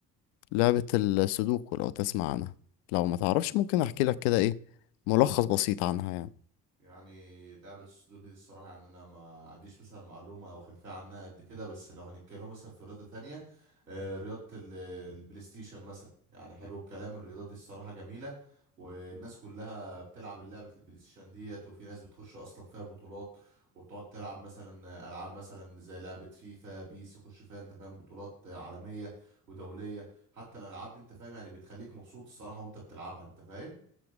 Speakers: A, on the left; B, on the right.
A: لعبة السودوكو لو تسمع عنها لو ما تعرفش ممكن احكي لك كده ايه ملخص بسيط عنها يعني
B: يعني لعبة السودوكو دي الصراحة يعني أنا ما عنديش مثلا معلومة أو خلفية عنها قد كده بس لو هنتكلم مثلا في رياضة تانية آه، رياضة ال- البلاي ستيشن مثلا يعني حلو الكلام الرياضة دي الصراحة جميلة والناس كلها بتلعب لعبة البلاي ستيشن ديت وفي ناس بتخش أصلا فيها بطولات وبتقعد تلعب مثلا ألعاب مثلا زي لعبة فيفا بيس يخش فيها أنت فاهم بطولات عالمية ودولية حتى الألعاب دي أنت فاهم يعني بتخليك مبسوط الصراحة وأنت بتلعبها أنت فاهم